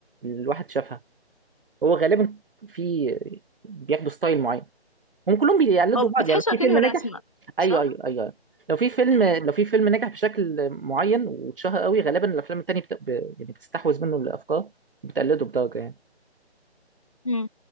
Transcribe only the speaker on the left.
هو
بتحسه
كأنه رسمه
صح؟
ايوه
مم.